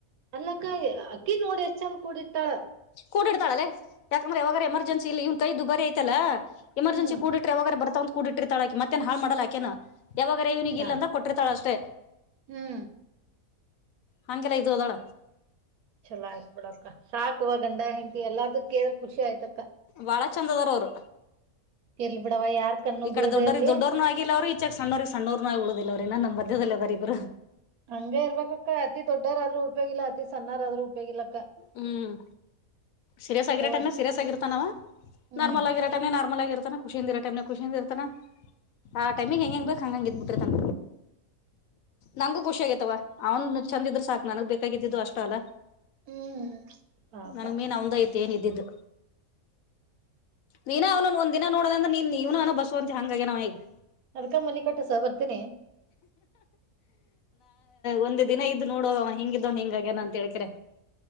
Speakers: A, on the right; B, on the left.
A: ಅಲ್ಲಕ್ಕ ಅಕ್ಕಿ ನೋಡಿ ಎಷ್ಟ ಚಂದ ಕೂಡಿ ಇಟ್ಟಾಳ
B: ಕೂಡಿಡ್ತಾಳಲ್ಲ ಯಾಕಂದ್ರೆ ಯಾವಾಗ ಎಮರ್ಜೆನ್ಸಿ ಇವ ಕೈದುಬರಿ ಯತಲ್ಲ ಎಮರ್ಜೆಸಿ
A: ಹ್ಮ್
B: ಕೂಡಿದ್ರೆ ಯಾವಾಗ ಬರ್ತಾವಂತ ಕೂಡಿ ಇಟ್ರೆ ತಾಳಕ ಮತ್ತೇನ್ ಮಾಡಾಕೇನಾ ಯಾವಾಗ ರೇವ್ನಿಗೆ
A: ಸಾಕ್
B: ಇಲ್ಲ ಅಂತ ಕೊಟ್ಟಿತಳ ಅಷ್ಟೇ
A: ಹ್ಮ್
B: ಹಗೆಲ್ಲ ಇದದು ಅದಾಳ
A: ಚಲ ಆಯ್ತ್ ಬಿಡಕ್ಕ ಸಾಕುವ ಗಂಡ ಹೆಂಡಟಿ ಎಲ್ಲಾರು ಕೇಳ್ರೆ ಖುಷಿ ಆಯ್ತಕ್ಕ
B: ಬಾಳ ಚಂದ ಅದಾರ ಅವರು
A: ಇರ್ಲಿ ಬಿಡವ ಯಾರ್ ಕಣ್ಣು
B: ಈಕಡೆ
A: ಬೀಳದೆ
B: ದೊಡ್ಡರಿಗೆ
A: ಇರ್ಲಿ
B: ದೊಡ್ಡವ್ರನು ಆಗಿಲ್ಲ ಅವರು ಇನ್ನ ಸಣ್ಣಗೆ ಸಣ್ಣ ಉಳುದಿಲ್ಲ ಅವ್ರರಿ ನಮ್ಮ ಮಧ್ಯದದಲ್ಲಿದಾರಬ್ರು
A: ಹಂಗಗೆ ಇರ್ಬೇಕಕ್ಕ ಅತಿ ದೊಡ್ಡರಾದ್ರೂ ಉಪಯೋಗಿಲ್ಲ ಅತಿ ಸಣ್ಣರಾದ್ರೂ ಉಪಯೋಗಿಲ್ಲ
B: ಹ್ಮ್ ಸೀರಿಯಸ್ ಆಗರೋ
A: ಯವ್ವ
B: ಟೈಮ್ ಸೀಯಸ್ ಇರ್ತಾನನ
A: ಹ್ಮ್
B: ನಾರ್ಮಲ್ ಆಗಿ ಟೈಮ್ ನರ್ಮಲಾಗಿರುತ್ತಾನೆ ಖುಷಿಯಿಂದ ಇರ ಟೈಮ್ ಖುಷಿಯಿಂದ ಇರ್ತಾನ ಆ ಟೈಮಿಂಗ ಹೆಂಗ ಹೆಂಗ್ ಬಕ್ ಹಂಗ ಇದ್ಬ ಬಿಟಿರ್ತಾನ ನಂಗು ಖುಷಿ ಆಗತವ ಅವನ್ ಚಂದ ಇದ್ರರು ಸಾಕು ನನಗ ಬೇಕಾಗಿದ್ದಿದ್ದು ಅಷ್ಟ ಅಲ್ಲ
A: ಹ್ಮ್ ಪಾಪ
B: ನನ್ಗ್ ಮೀನ್ ಅವಂದೈತಿ ಏನ್ ಇದಿದ್ದು ನೀನು ಅವನು ಒಂದ್ ದಿನ ನೋಡದಂದ್ರೆ ನೀನ್ ಇವನು ಅವಾನ ಬಸುವಂತ ಹಂಗಗೆಯ ನಾವ ಹೇಗ್
A: ಅದ್ಕ ಮನಿ ಕೊಟ್ಟಸ ಬರ್ತೀನಿ
B: ಒಂದೇ ದಿನ ಇದ ನೋಡವ ಹಿಂಗಿದ್ದವನ್ ಹಿಂಗಗ್ಯನ ಅಂತ ಹೇಳಳ್ಕ್ರೆ